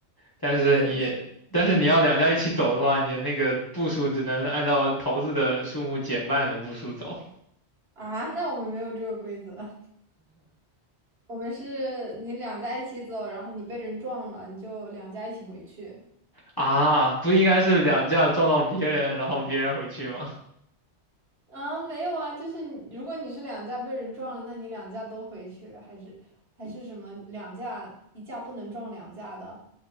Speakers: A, on the left; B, on the right.
A: 但是你但是你要两家一起走的话，
B: 对的，对的
A: 你的那个步数只能按照骰子的数目减半的步数走
B: 啊，那我们没有这个规则，<laughs> 我们是你两家一起走，然后你被人撞了，你就两家一起回去。
A: 啊，不应该是两家撞到别人，然后别人回去吗？
B: 啊，没有啊，就是你如果你是两架被人撞了，那你两架都回去，还是还是什么两架一架不能撞两架的，